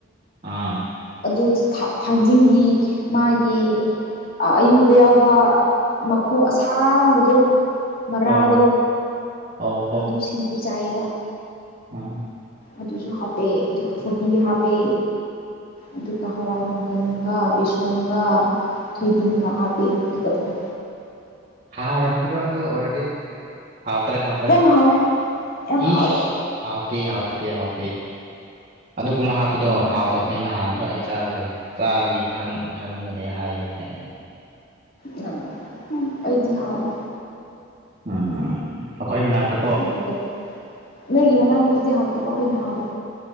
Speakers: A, on the right; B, on the left.
A: ꯑꯥ
B: ꯑꯗꯨ ꯊꯥ ꯊꯥꯡꯖꯤꯡꯒꯤ ꯃꯥꯒꯤ ꯑꯥ ꯑꯌꯨꯕ ꯌꯥꯎꯕ ꯃꯈꯣꯛ ꯑꯁꯥꯡꯕꯗꯣ ꯃꯔꯥꯗꯣ
A: ꯑꯧ ꯑꯧ ꯍꯧ
B: ꯑꯗꯨ ꯁꯤꯡꯖꯨ ꯆꯥꯏꯌꯦꯕ
A: ꯑꯥ
B: ꯑꯗꯨꯁꯨ ꯍꯥꯞꯄꯦ ꯑꯗꯨꯒ ꯀꯣꯕꯤ ꯍꯥꯞꯄꯦ ꯑꯗꯨꯒ ꯍꯋꯥꯏ ꯃꯪꯒꯟꯒ ꯕꯤꯁꯣꯟꯒ ꯊꯣꯏꯗꯤꯡꯒ ꯍꯥꯞꯄꯦ ꯗꯨꯒꯇꯪ
A: ꯍꯥꯎꯔꯝꯒꯦꯔꯣ ꯑꯗꯨ ꯑꯣꯏꯔꯗꯤ ꯍꯥꯎꯇ꯭ꯔꯦ ꯍꯥꯎꯇ꯭ꯔꯦ
B: ꯌꯥꯝ ꯍꯥꯎꯋꯦ ꯌꯥꯝ ꯍꯥꯎꯋꯦ
A: ꯏꯁ ꯍꯥꯎꯇꯦ ꯍꯥꯎꯇꯦ ꯍꯥꯎꯇꯦ ꯑꯗꯨꯒꯨꯝ ꯍꯥꯞꯄꯗꯣ
B: ꯍꯥꯎꯋꯦ
A: ꯍꯥꯎꯇꯕ ꯃꯤ ꯅꯍꯥꯟꯖꯨ ꯑꯩ ꯆꯥꯒꯔꯦ ꯆꯥꯕꯒꯤ ꯊꯪ ꯈꯪꯕꯅꯦ ꯍꯥꯏꯕꯅꯤ ꯑꯩ
B: ꯅꯪ ꯎꯪ ꯑꯩꯗꯤ ꯍꯥꯎꯋꯦ
A: ꯑ ꯑꯈꯣꯏ ꯃꯅꯥꯛꯇꯨ
B: ꯑꯗꯨꯒ ꯅꯣꯏꯒꯤ ꯃꯅꯥꯛꯀꯤꯗꯨꯗꯤ ꯍꯥꯎꯇꯕ ꯑꯈꯣꯏꯅ ꯍꯥꯎꯕ